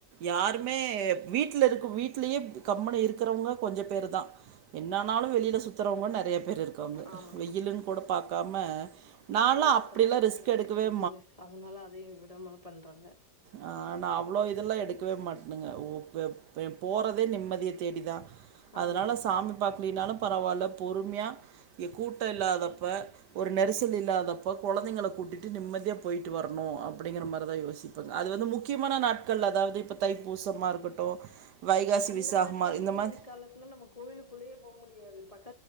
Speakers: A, on the right (about 70°); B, on the left (about 30°).
A: யாருமே வீட்ல இருக்கு வீட்லுயே கப் அம்முனு இருக்குறவுங்க கொஞ்ச பேரு தா என்னானாலும் வெளில சுத்துறவுங்க நெறய பேர் இருக்காங்க
B: ஆமாம்
A: வெய்யிலுன் கூட பார்க்காம நான்லாம்
B: அவங்களுக்கு
A: அப்படிலாம்
B: அப்பதான
A: ரிஸ்க்
B: நேரம்
A: எடுக்கவே
B: கெடைக்குது அதனால அதையும் விடமா பண்றாங்க
A: ஆ நான் அவ்ளோ இதெல்லாம் எடுக்குவே மாட்டுங்க <unintelligible> போறதே நிம்மதிய தேடிதான் அதனால
B: அதுதான்
A: சாமி பாக்கலினாலும் பரவால்ல பொறுமையா கூட்டம் இல்லாத ப ஒரு நெரிசல் இல்லாதப்ப கொழந்தைங்களை கூட்டிட்டு நிம்மதியாக போயிட்டு வரணும் அப்படிங்கிற மாரிதான் யோசி அது வந்து முக்கியமான நாட்கள் அதாவது இப்ப தைப்பூசமா இருக்கட்டும் வைகாசி
B: அந்த
A: விசாகமாக
B: மாரி
A: இந்த மாதிரி
B: இது காலத்துலாம் நம்ம கோவிலுக்குள்ளயே போக முடியாது பக்க